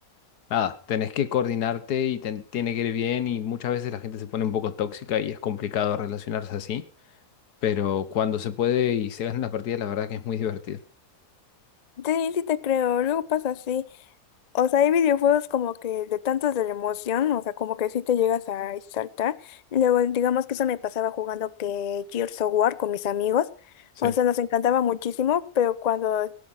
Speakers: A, on the left; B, on the left.
A: nada, tenés que coordinarte y te- tiene que ir bien y muchas veces la gente se pone un poco tóxica y es complicado relacionarse así pero cuando se puede y se ganan las partidas, la verdad que es muy divertido.
B: Sí, sí te creo, luego pasa así. O sea, hay videojuegos como que de tantos de la emoción, o sea, como que sí te llegas a exaltar. Y Luego, digamos que eso me pasaba jugando que Gears of War con mis amigos.
A: Sí.
B: O sea, nos encantaba muchísimo, pero cuando